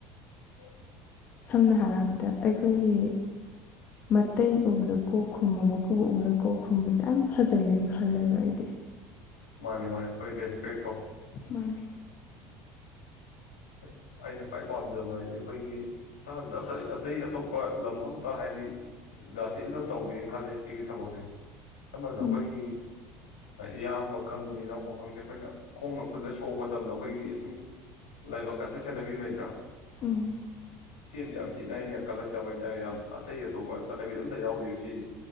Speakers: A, on the left (about 75°); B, on the left (about 45°).
A: ꯑꯣ
B: ꯁꯝꯅ ꯍꯥꯏꯔꯕꯗ ꯑꯩꯈꯣꯏꯒꯤ ꯃꯇꯩ ꯎꯕꯗꯣ ꯀꯣꯛ ꯈꯨꯨꯝꯕ ꯃꯀꯨꯕꯣꯛ ꯎꯕꯗ ꯀꯣꯛ ꯈꯨꯨꯝꯕꯁꯦ ꯌꯥꯝ ꯐꯖꯩꯌꯦꯅ ꯈꯜꯂꯦꯕ ꯑꯩꯗꯤ
A: ꯃꯥꯅꯦ ꯃꯥꯅꯦ ꯑꯈꯣꯏ ꯔꯦꯁꯄꯦꯛꯇꯣ
B: ꯃꯥꯥꯅꯦ
A: ꯑꯦ ꯑꯩꯅ ꯈ꯭ꯋꯥꯏ ꯄꯥꯝꯖꯕ ꯍꯥꯏꯗꯤ ꯑꯩꯈꯣꯏꯒꯤ ꯑꯇꯩ ꯑꯇꯩ ꯑꯇꯣꯞꯄ ꯂꯝ ꯑꯝꯇ ꯍꯥꯏꯕꯗꯤ ꯖꯥꯇꯤ ꯑꯃꯇ ꯇꯧꯗꯦꯅ ꯈꯜꯂꯦ ꯁꯤꯒꯤ ꯊꯕꯛꯁꯦ ꯁꯝꯅ ꯍꯥꯏꯔꯕꯗ ꯑꯩꯈꯣꯏꯒꯤ
B: ꯎꯝ
A: ꯏꯌꯥꯝꯕ ꯈꯪꯗꯦ ꯑꯅꯧꯕ ꯈꯪꯗꯦ ꯑꯩꯈꯣꯏꯅ ꯈꯣꯡꯅ ꯈꯨꯠꯅ ꯁꯣꯛꯕ ꯃꯇꯝꯗ ꯑꯩꯈꯣꯏꯒꯤ ꯑꯗꯨꯝ ꯂꯥꯏꯕꯛ ꯀꯠꯄ ꯁꯦꯟꯅꯕꯤ ꯅꯇ꯭ꯔꯥ
B: ꯎꯝ
A: ꯁꯤ ꯌꯥ ꯁꯤꯅ ꯑꯩꯅ ꯀꯜꯂꯛꯆꯕ ꯍꯥꯏꯇꯥꯔꯦ ꯌꯥꯝ ꯑꯇꯩ ꯑꯇꯣꯞꯄ ꯆꯠꯅꯕꯤꯗ ꯑꯝꯇ ꯌꯥꯎꯗꯦꯕ ꯁꯤ